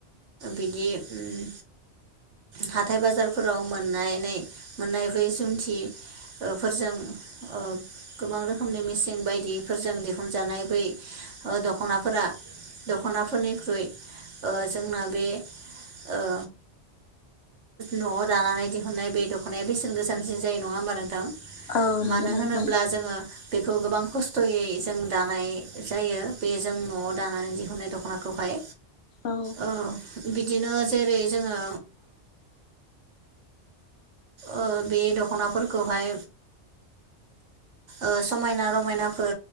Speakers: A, on the right; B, on the left.
A: बिदि ओम हाथाय बाजारफोराव मोननानै मोननाय बै जुन्थि ओ फोरजों ओ गोबां रोखोमनि मेसिं बायदिफोरजों दिहुनजानाय बै ओ दख'नाफोरा दख'नाफोरनिख्रुइ ओ जोंना बे ओ न'आव दानानै दिहुनाय बे दख'नाय बेसेन गोसा <unintelligible> जायो नङा होमबा नोंथां?
B: औ
A: मानो
B: नंगौ नोंथां
A: होनोब्ला जोङो बेखौ गोबां खस्थ'यै जों दानाय जायो बे जों न'आव दानानै दिहुनाय दख'नाखौहाय
B: औ
A: ओ बिदिनो जेरै- जोङो ओ बे दख'नाफोरखौहाय ओ समायना रमायनाफोर